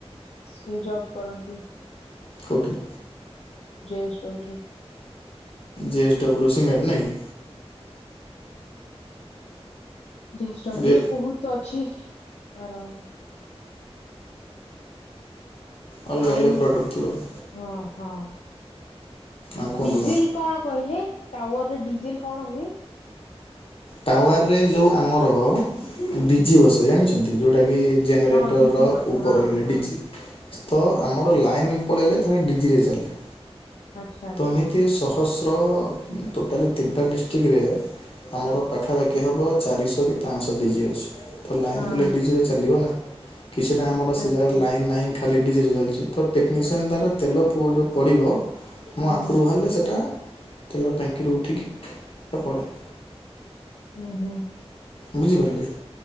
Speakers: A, on the left; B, on the left.
A: ସେ ଜବ୍ କରନ୍ତି।
B: କଉଠି?
A: <unintelligible>
B: ଜେଏସ୍ଡବ୍ଲ୍ୟୁ ସିମେଣ୍ଟ ନାଇଁ କି?
A: ଜେଡଵ୍ଲୁ
B: ଯେ
A: ର ବହୁତ ଅଛି ତାର
B: ଅଲଗା
A: ଆଉ
B: ଅଲଗା ପ୍ରଡ଼କ୍ଟ ଥିବ ଆଉ
A: ହଁ ହଁ
B: ଆଉ କୁହନ୍ତୁ
A: ଡିଜେଲ କଣ କହିଲେ ଟାୱାର ରେ ଡିଜେଲ କଣ ହୁଏ?
B: ଟାୱାର ରେ ଯୋଉ ଆମର ଡିଜି
A: ହୁଁ
B: ବସେ ଜାଣିଛ? ଅଛନ୍ତି, ଯୋଉଟାକି ଜେନେରେଟରର
A: ହଁ ଡିଜି ବସେ
B: ଉପରେ
A: ହଁ ହଁ
B: ଡିଜିଟ ତ ଆମର
A: ହଁ
B: ଲାଇନ୍ ପଳେଇଲେ ତାଙ୍କ ଡିଜିରେ ଚାଲେ।
A: ଆଚ୍ଛା ଆଚ୍ଛା।
B: ତ ଏମିତି ସହସ୍ର, ଟୋଟାଲି ତିନିଟା ଡିଷ୍ଟିକରେ ଆମର
A: ହଁ
B: ପାଖାପାଖି ହବ ଚାରିଶହ କି ପାଞ୍ଚଶହ ଡିଜି ଅଛି। ତ ଲାଇନ୍
A: ହଁ
B: ଗଲେ ଡିଜି ଅଛି ଚାଲିବ ନା, କିଛିଟା ଆମର ସେ
A: ଆଚ୍ଛା
B: ଜାଗାରେ ଲାଇନ ନାହିଁ। ଖା ଖାଲି ଡିଜିରେ ଚାଲିଛି। ତ ଟେକ୍ନିସିଆନ୍ ତାର ତେଲ ପୁ ଯୋଉ ପଡ଼ିବ ମୋ
A: ହୁଁ
B: ଆପ୍ରୁଭାଲରେ ସେଇଟା ତେଲ ଟାଙ୍କିରୁ ଉଠିକି ସେ ପଡ଼େ।
A: ହୁଁ ହୁଁ।
B: ବୁଝିପାରିଲେ?